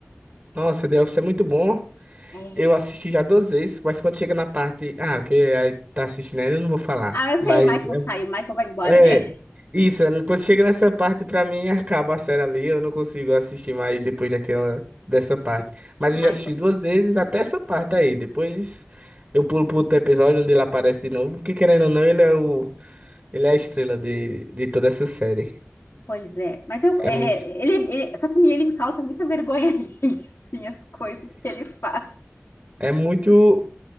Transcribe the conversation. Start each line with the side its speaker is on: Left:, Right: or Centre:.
Right: Nossa, The Office é muito bom.
Left: É.
Right: Eu assisti já duas vezes, mas quando chega na parte. Ah, que aí tá assistindo ainda, eu não vou falar.
Left: Ah, eu sei,
Right: Mas
Left: o Michael sai, o Michael vai embora,
Right: é.
Left: né?
Right: é, Isso, é, quando chega nessa parte, pra mim, acaba a série ali. Eu não consigo assistir mais depois daquela, dessa parte.
Left: <laughs>
Right: Mas
Left: O Michael
Right: eu já assisti duas vezes até essa parte aí. Depois eu pulo pro outro episódio onde ele aparece de novo. Porque querendo ou não, ele é o. Ele é a estrela de, de toda essa série.
Left: Pois é, mas eu,
Right: É
Left: ele,
Right: muito.
Left: é- ele, ele- só que ele me causa muita vergonha <laughs> alheia, assim, as coisas que ele faz.
Right: É muito.